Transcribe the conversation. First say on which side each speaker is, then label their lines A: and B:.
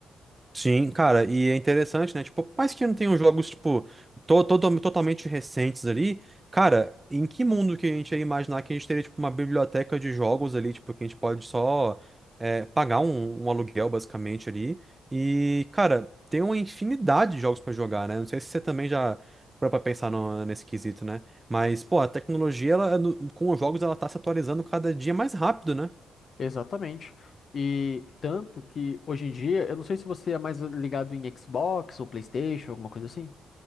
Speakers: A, on the right (about 25°); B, on the left (about 55°).
A: Sim, cara, e é interessante, né? Tipo, por mais que não tenham jogos, tipo, to to- totalmente recentes ali, cara, em que mundo que a gente ia imaginar que a gente teria, tipo, uma biblioteca de jogos ali, tipo, que a gente pode só é, pagar um, um aluguel, basicamente, ali. E, cara, tem uma infinidade de jogos pra jogar, né? Não sei se você também já parou pra pensar no- nesse quesito, né? Mas, pô, a tecnologia, ela, no- com os jogos, ela tá se atualizando cada dia mais rápido, né?
B: Exatamente. E tanto que hoje em dia, eu não sei se você é mais ligado em Xbox ou PlayStation, alguma coisa assim.